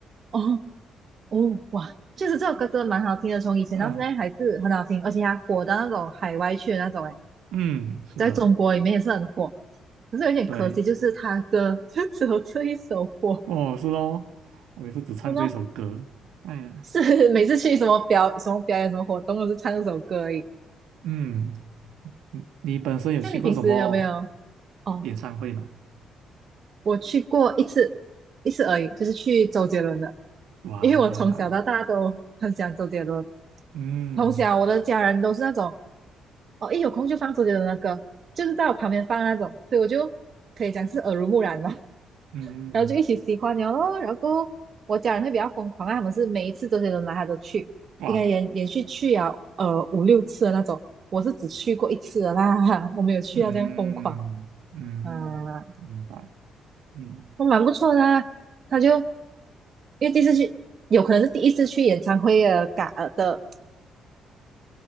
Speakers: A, on the right; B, on the right.
A: 哦哦哇，就是这首歌真的蛮好听的，从以前到现在还是很好听，
B: 嗯、
A: 而且它火到那种海外去的那种，哎。
B: 嗯，是的。
A: 在中国里面也是很火，可是有点可惜，
B: 对，
A: 就是他歌就只有 <laughs> 这一首火，
B: 哦，是哦，我也是只唱这首歌。
A: 然后
B: 哎呀，
A: 是每次去什么表什么表演什么活动都是唱这首歌而已。
B: 嗯，你你本身有去过什么
A: 像你平时有没有？哦，
B: 演唱会吗？
A: 我去过一次，一次而已，就是去周杰伦的，
B: 哇，
A: 因为我从小到大都很喜欢周杰伦，
B: 嗯
A: 从小我的家人都是那种，哦，一有空就放周杰伦的歌，就是在我旁边放那种，所以我就可以讲是耳濡目染吧。
B: 嗯，
A: 然后就一起喜欢了咯。然后我家人会比较疯狂啊，他们是每一次周杰伦来他都去，
B: 哇，
A: 应该连连续去了呃五六次的那种。我是只去过一次的啦，我没有去啊，
B: 嗯嗯，
A: 这样疯狂啊，
B: 明白，嗯，
A: 都蛮不错的啊他就因为第一次去，有可能是第一次去演唱会的感呃的